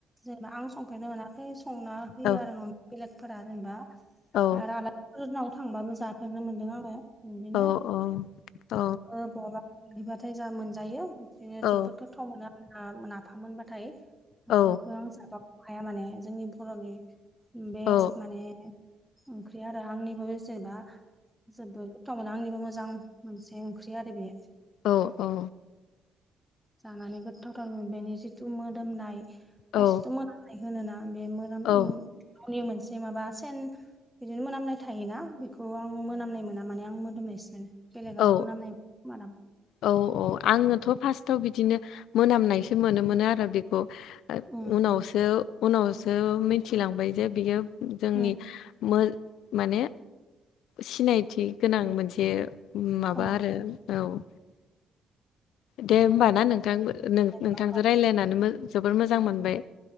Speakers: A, in the centre; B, on the left.
A: जेनेबा आं संफेरनो मोनाखै खाय संना होयो
B: औ
A: आरो न'नि बेलेगफोरा जेनेबा
B: औ
A: आरो आला फोरनाव थांबाबो जाफेरनो मोन्दों आङो बिदिनो
B: औ औ औ
A: ओ बहाबा बिदिबाथाय जा मोनजायो बिदिनो
B: औ
A: जोबोद गो गोथाव मोनो आरोना नाफाम मोनबाथाय नाफामखौ
B: औ
A: आं जाबा अहाया माने जोंनि बर'नि बेस्ट
B: औ
A: माने ओंख्रि आरो आंनिबो बेसेबा जोबोद गोथाव मोनो आंनिबो मोजां मोनसे ओंख्रि आरो बेयो।
B: औ औ
A: जानानै गोथावथार बेनि जिथु मोदोमनाय खायसेथ'
B: औ
A: मोनामनाय होनोना बे मो ननि
B: औ
A: मोनसे माबा सेन बिदिनो मोनामनाय थायोना बेखौ आं मोनामनाय मोना माने आं मोदोमनायसो बेलेगा
B: औ
A: मोनामनाय खोमा दां।
B: औ औ आङोथ' फार्स्टाव बिदिनो मोनामनायसो मोनो मोन आरो बेखौ
A: उम
B: उनावसो उनावसो मिथिलांबाय जे बियो जोंनि
A: उम
B: मोन माने सिनायथि गोनां मोनसे माबा
A: अ
B: आरो औ दे होमब
A: बर'नि
B: ना नोंथां
A: जेनेबा
B: नोंथांजों रायलायनानै जबोोर मोजां मोनबाय।